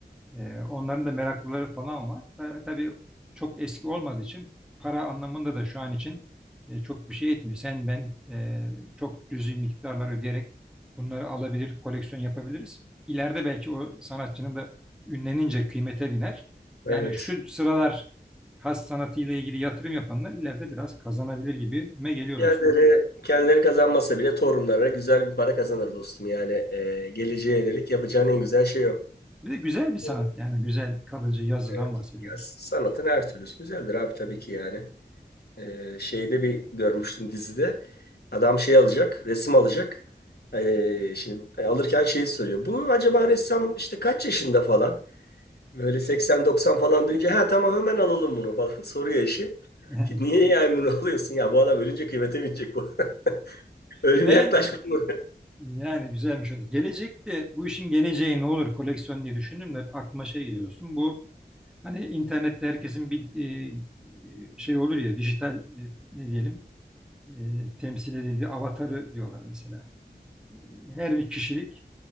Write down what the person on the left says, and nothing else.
Evet.
Kendileri,
kendileri kazanmasa bile torunlara güzel bir para kazanır dostum. Yani e, geleceğe yönelik yapacağın en güzel şey o.
Evet.
Evet.
Ya, sanatın her türlüsü güzeldir abi tabii ki yani. Ee, şeyde bir görmüştüm dizide. Adam şey alacak, resim alacak. Ee, şimdi e, alırken şeyi soruyor. Bu acaba ressam işte kaç yaşında falan? Böyle 80-90 falan duyunca ha tamam hemen alalım bunu falan <laughs> soruyor eşi.
Niye yani bunu alıyorsun ya bu adam ölünce kıymete binecek bu. <laughs> Ölüm
yaklaşmış mı?